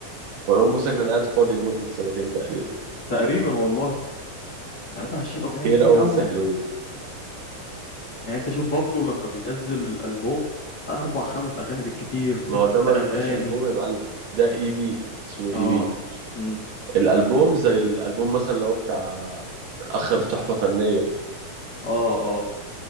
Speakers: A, on the right; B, on the left.
A: مروان موسى كان قاعد فاضي لمدة سنتين تقريبا
B: تقريبا والله 23 اغنيه
A: كتير
B: كتير
A: أوي
B: قوي
A: بس حلوين
B: يعني انت شوف بابلو لما بينزل البوم اربع خمس اغاني بالكتير ست
A: ما هو ده ما بيبقاش
B: اغاني
A: ألبوم يا معلم ده إي بي اسمه
B: اه
A: إي بي
B: امم
A: الألبوم زي الألبوم مثلا اللي هو بتاع آخر تحفة فنية
B: اه اه